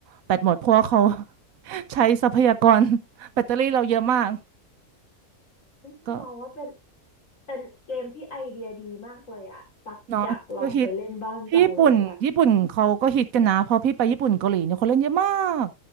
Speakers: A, on the right; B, on the left.
A: แบตหมดเพราะว่าเขา <laughs> ใช้ทรัพยากร <laughs> แบตเตอรี่เราเยอะมาก
B: อืมมองว่าเป็น
A: ก็
B: เป็นเกมที่ไอเดียดีมากเลยอ่ะตักอยากลองไปเล่นบ้างจังเลยอ่ะ
A: เนาะก็ฮิต ที่ญี่ปุ่นญี่ปุ่นเขาก็ฮิตกันนะพอพี่ไปญี่ปุ่นเกาหลีเนี่ยคนเล่นเยอะมาก